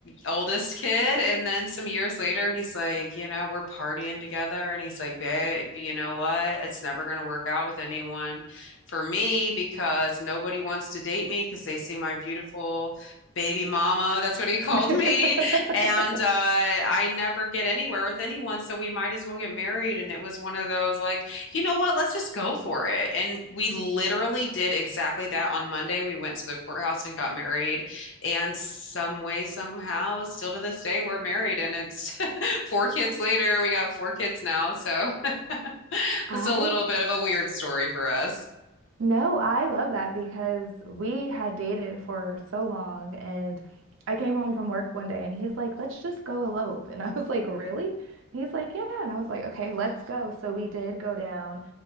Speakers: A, on the left (about 60°); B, on the right (about 65°).
A: oldest kid and then some years later he's like you know we're partying together and he's like babe you know what it's never going to work out with anyone for me because nobody wants to date me because they see my beautiful baby mama. That's what he <laughs> called
B: <laughs>
A: me. And uh, I never get anywhere with anyone. So we might as well get married. And it was one of those like, you know what? Let's just go for it. And we literally did exactly that on Monday. We went to the courthouse and got married. And some way, somehow, still to this day, we're married. And it's <laughs> four kids later. We got four kids now. So <laughs>
B: I
A: it's a little bit of a weird story for us.
B: No, I love that because we had dated for so long and I came home from work one day and he's like, "Let's just go elope." And I was like, "Really?" And he's like, "Yeah." And I was like, "Okay, let's go." So we did go down